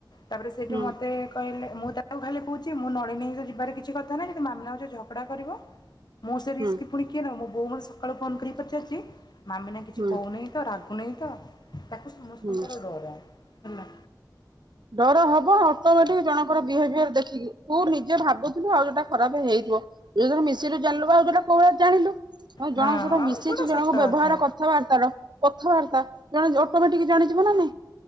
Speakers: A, on the left (about 65°); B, on the right (about 70°).
A: ତାପରେ ସେଇଠୁ
B: ହୁଁ
A: ମୋତେ କହିଲେ। ମୁଁ ତାକୁ ଖାଲି କହୁଛି ମୁଁ ନଳିନୀ ସହ ଯିବାର କିଛି କଥା ନାହିଁ ଯଦି ମାମିନା ହଉଛି ଝଗଡା କରିବ। ମୁଁ ସେ ରିସ୍କ
B: ହୁଁ
A: ପୁଣି କିଏ ନବ, ମୋ ବୋଉ ମନତ ସକାଳୁ ଫୋନ କରି ପଚାରୁଛି ମାମିନା କିଛି
B: ହୁଁ
A: କହୁନି ତ ରାଗ୍ ଗୁ ନାଇଁ ତ, ତାକୁ ସମସ୍ତଙ୍କର
B: ହୁଁ।
A: ଡର, ହେଲା।
B: ଡର ହବ ଅଟୋମେଟିକ ଜଣଙ୍କର ବିହେଭିୟର ଦେଖିକି ତୁ ନିଜେ ଭାବୁଥିବୁ ଆଉ ଯୋଉଟା ଖରାପ ହେଇ <inaudible> ତୁ‌ ଯାହା ମିଶିଲୁ ଜାଣିଲୁ ପା ଆଉ ଯୋଉଟା <inaudible> ଜାଣିଲୁ, ଜଣଙ୍କ
A: ହଁ
B: ସହିତ
A: ଆଉ
B: ମିଶିଛୁ
A: ଯୋଉଟା
B: ଜଣଙ୍କ
A: ସତ
B: ବ୍ୟବହାର
A: କଥା।
B: କଥାବାର୍ତ୍ତାର କଥାବାର୍ତ୍ତା, ଜଣେ ଅଟୋମେଟିକ ଜାଣିଯିବ ନା ନାଇଁ।